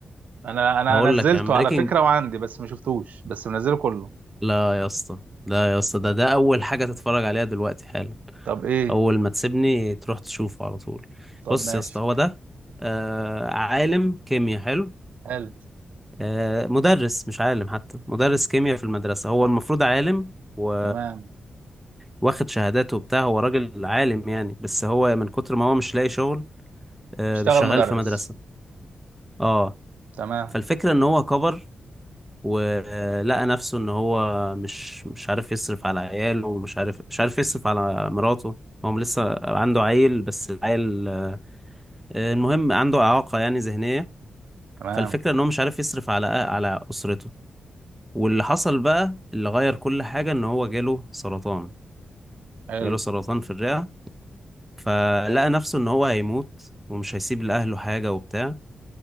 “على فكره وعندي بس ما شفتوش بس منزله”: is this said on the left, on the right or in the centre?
Right